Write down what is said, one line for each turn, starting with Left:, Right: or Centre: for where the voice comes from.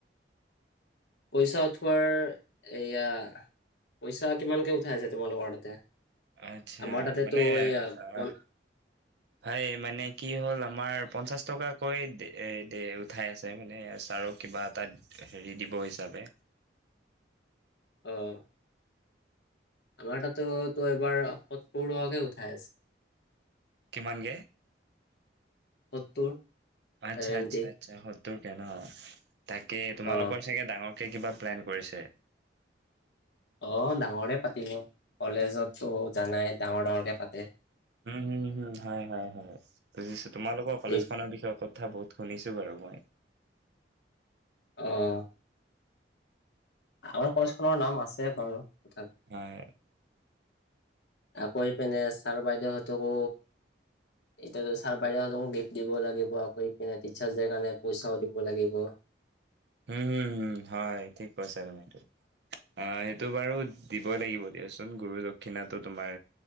Left: পইচা উঠোৱাৰ এয়া পইচা কিমানকে উঠাই আছে তোমালোকৰ তাতে?
Right: আচ্ছা
Left: আমাৰ তাতেতো
Right: মানে
Left: এয়া
Right: আহ
Left: পন
Right: ভাই মানে কি হ'ল আমাৰ পঞ্চাশ টকাকৈ উঠাই আছে মানে ছাৰক কিবা এটা হেৰি দিব হিচাপে।
Left: অঁ। আমাৰ তাতো তো এবাৰ হঁতৰ টকা কে উঠাই আছে।
Right: কিমান কে?
Left: সত্তৰ।
Right: আচ্ছা
Left: ছেভেন্টি
Right: আচ্ছা আচ্ছা। হতৰ কে নহ? তাকে তোমালোকৰ
Left: অ
Right: চাগে ডাঙৰ কিবা প্লেন কৰিছে?
Left: অ ডাঙৰে পাতিব কলেজতো জানাই। ডাঙৰ ডাঙৰকে পাতে।
Right: উম উম হম হয় বুজিছো তোমালোকৰ কলেজ
Left: এই
Right: খনৰ বিষয় কথা বহুত শুনিছো। কগই <unintelligible>
Left: আহ। আমাৰ কলেজখনৰ নাম আছে বাৰু। তথাপি
Right: নাই।
Left: আকৌ পিনে ছাৰ বাইদেউহঁতকো এতিয়াাত ছাৰ বাইদেউহতকো গিফ্ট দিব লাগিব আকৌ পিনে টিচাৰ্চ ডেৰ কাৰণে পইচাও দিব লাগিব।
Right: হম হম হম হয় ঠিক কৈছা তুমটো আহ সেইটো বাৰু দিবই লাগিব দিয়াচোন গুৰু দক্ষিণাটো তোমাৰ